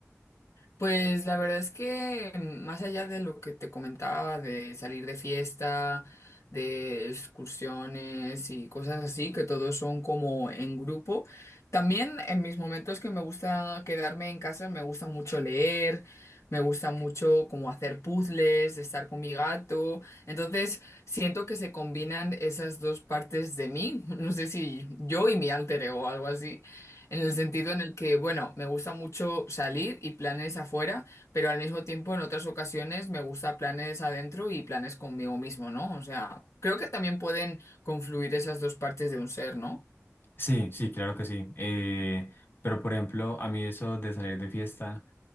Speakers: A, on the left (about 70°); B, on the left (about 45°).
A: Pues la verdad es que mm, más allá de lo que te comentaba, de salir de fiesta, de excursiones y cosas así, que todos son como en grupo, también en mis momentos que me gusta quedarme en casa, me gusta mucho leer, me gusta mucho como hacer puzzles, estar con mi gato, entonces siento que se combinan esas dos partes de mí, <laughs> no sé si yo y mi alter ego o algo así. En el sentido en el que, bueno, me gusta mucho salir y planes afuera, pero al mismo tiempo en otras ocasiones me gusta planes adentro y planes conmigo mismo, ¿no? O sea, creo que también pueden confluir esas dos partes de un ser, ¿no?
B: Sí, sí, claro que sí. Eh, pero por ejemplo, a mí eso de salir de fiesta,